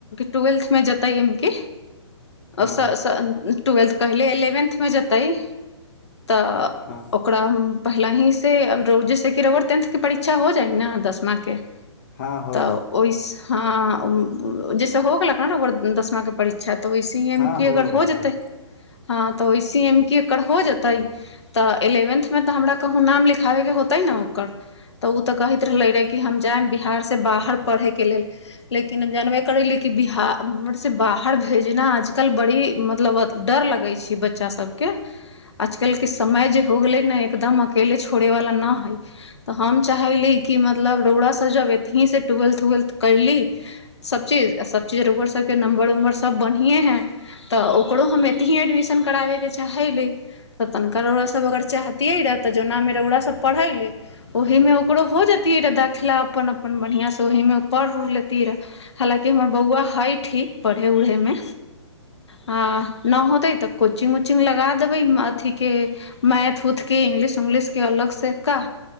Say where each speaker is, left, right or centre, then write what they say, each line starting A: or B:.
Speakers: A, on the left (about 65°); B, on the left (about 40°).
A: ट्वेल्थमे जेतै अबकीकि ओ
B: हँ
A: ट्वेल्थ कहले एलेवेन्थ मे जेतै तऽ
B: हँ
A: ओकरा पहिल ही सेब जैसे कि रर टेंथ के परीक्षा हो जाइ न दसमा के
B: हँ हो
A: तऽ
B: जाइ
A: ओहि हँ जैसे हो गेलक ह ओकर दसमाके परीक्षाऽ तऽ वैसे ही एम
B: हँ
A: कि अगर
B: गेलै
A: हो जेतै
B: गेलै।
A: हँ तऽ वइसे एमकी एकर हो जेतै तऽ एलेवेन्थ मे तऽ हमरा कहूँ नाम लिखाबै के होतै न ओकर तऽ उ तऽ कहैत रहले रहै कि हम जायब बिहार से बाहर पढ़ैके लेल लेकिन अब जानबे करैली कि बिहार से बाहर भेजना आजकल बड़ी मतलब डर लगै छै बच्चा सबके आजकलके समय जे हो गेलै ने एकदम अकेले छोड़ैवला न हइ तऽ हम चाहैली कि मतलब रौड़ा सब जब एतहिसँ ट्वेल्थ उवेल्थ कयली सभचीज आ सभचीज रौआ सभके नम्बर उम्बर सभ बढ़िएँ हइ तऽ ओकरो हम एतही एडमिशन कराबैके चाहैली तऽ तनिका रौड़ा सभ अगर चाहतियै रेह तऽ जौना मे रौड़ा सभ पढ़ैले ओहीमे ओकरो हो जतियै रहए देखला अपन अपन बढ़िआँसँ ओहीमे पढ़ उढ़ लेतिये रहै हालाँकि हमर बौआ हइ ठीक पढ़ै उढ़ैमे आ न होतै तऽ कोचिंग उचिंग लगा देबै अथीके मैथ उथके इंग्लिश उंग्लिश के अलग से का